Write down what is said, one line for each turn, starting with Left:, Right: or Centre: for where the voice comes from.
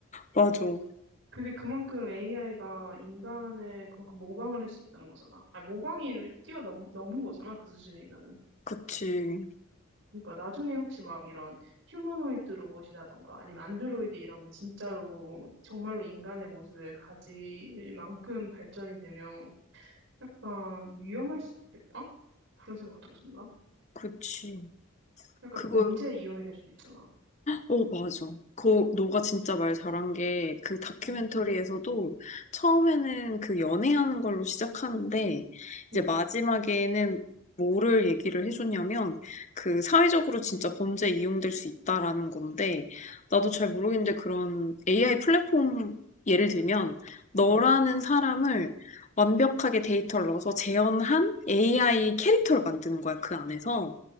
Left: 맞아.
Right: 그게 그만큼 AI가 인간을 그만큼 모방을 할 수 있다는 거잖아. 아니, 모방이 뛰어넘, 넘은 거잖아, 그 수준이면은.
Left: 그치,
Right: 그러니까 나중에 혹시 막 이런 휴머노이드 로봇이라던가 아니면 안드로이드 이런 게 진짜로 정말로 인간의 모습을 가질 만큼 발전이 되면 약간 위험할 수도 있겠다? 그런 생각도 든다.
Left: 그치.
Right: 약간
Left: 그거,
Right: 범죄에 이용이 될 수도 있잖아.
Left: 어, 맞아. 그, 너가 진짜 말 잘한 게, 그 다큐멘터리에서도
Right: 응,
Left: 처음에는 그 연애하는 걸로 시작하는데, 이제
Right: 응,
Left: 마지막에는 뭐를 얘기를 해줬냐면, 그 사회적으로 진짜 범죄에 이용될 수 있다라는 건데, 나도 잘 모르겠는데 그런 AI 플랫폼 예를 들면, 너라는
Right: 응,
Left: 사람을 완벽하게 데이터를 넣어서 재현한 AI 캐릭터를 만드는 거야, 그 안에서.